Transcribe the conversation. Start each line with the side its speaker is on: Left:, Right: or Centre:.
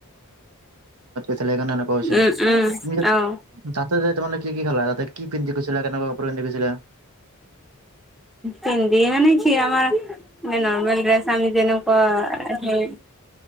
Right: সে এনেকুৱা হৈছিল
Centre: উম, উম,
Right: তুমি
Centre: অ',
Right: তাতে যাই তোমালোকে কি- কি খালা তাতে কি পিন্ধি গৈছা ছিলা কেনেকোৱা কাপোৰ পিন্ধি গৈছিলা?
Centre: পিন্ধি মানে কি আমাৰ নৰ্মেল ড্ৰেছ আমি যেনেকুৱা সেই